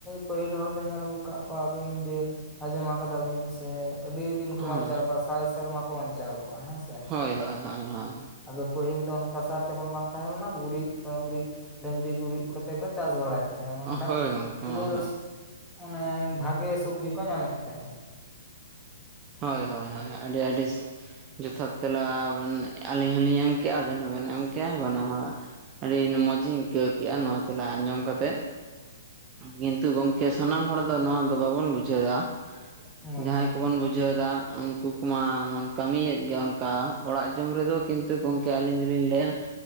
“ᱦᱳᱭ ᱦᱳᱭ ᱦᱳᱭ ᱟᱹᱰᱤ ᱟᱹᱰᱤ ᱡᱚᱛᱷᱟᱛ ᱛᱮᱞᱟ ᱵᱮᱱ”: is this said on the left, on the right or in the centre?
Right